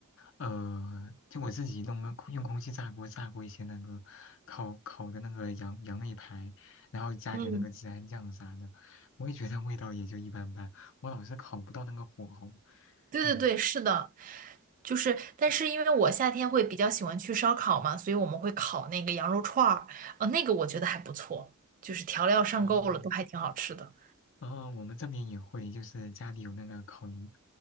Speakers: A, on the left; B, on the right.
A: 呃，就我自己弄个用空气炸锅炸过一些那个烤烤的那个羊羊肋排，然后加点那个孜然酱啥的，
B: 嗯，
A: 我也觉得味道也就一般般，我老是烤不到那个火候。
B: 对对对，
A: 嗯，
B: 是的，就是，但是因为我夏天会比较喜欢去烧烤嘛，所以我们会烤那个羊肉串儿，呃，那个我觉得还不错，就是调料上够了，
A: 哦，
B: 都还挺好吃的。
A: 然后我们这边也会，就是家里有那个烤炉、